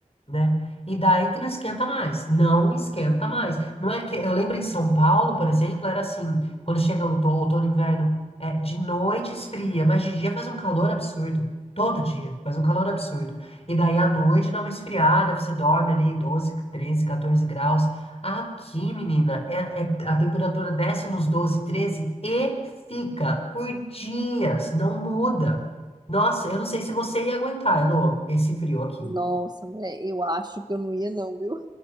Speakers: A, on the left; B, on the right.
A: né? E daí que não esquenta mais, não esquenta mais. Não é que eu lembro em São Paulo, por exemplo, era assim, quando chega o outono, outono, inverno é, de noite esfria, mas de dia faz um calor absurdo. Todo dia faz um calor absurdo. E daí à noite dá uma esfriada, você dorme ali 12, 13, 14 graus. Aqui, menina, é, é- a temperatura desce nos 12, 13 e fica por dias, não muda. Nossa, eu não sei se você ia aguentar, Elô, esse frio aqui.
B: Nossa, mulher, eu acho que eu não ia não, viu?